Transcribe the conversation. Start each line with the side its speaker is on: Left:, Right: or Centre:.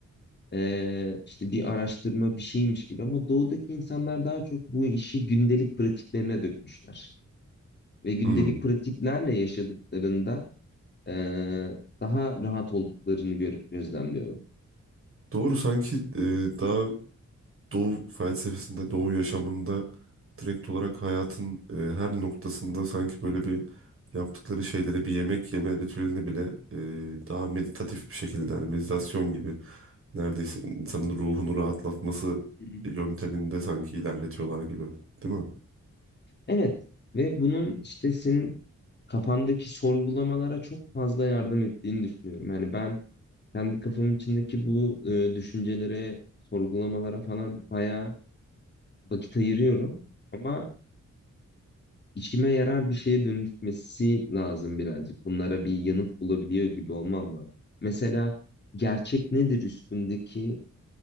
Left: e, işte bir araştırma bir şeymiş gibi ama doğudaki insanlar daha çok bu işi gündelik pratiklerine dökmüşler. Ve gündelik
Right: Hmm.
Left: pratiklerle yaşadıklarında e, daha rahat olduklarını gör- gözlemliyorum.
Right: Doğru sanki e, daha Doğu felsefesinde, Doğu yaşamında direkt olarak hayatın e, her noktasında sanki böyle bir yaptıkları şeyleri bir yemek yeme ritüelini bile e, daha meditatif bir şekilde hani meditasyon gibi neredeyse insanın ruhunu rahatlatması
Left: Hı hı.
Right: yönteminde sanki ilerletiyorlar gibi. Değil mi?
Left: Evet ve bunun işte senin kafandaki sorgulamalara çok fazla yardım ettiğini düşünüyorum. Yani ben kendi kafamın içindeki bu e, düşüncelere, sorgulamalara falan bayağı vakit ayırıyorum. Ama işime yarar bir şeye dönüşmesi lazım birazcık. Bunlara bir yanıt bulabiliyor gibi olmam lazım. Mesela gerçek nedir üstündeki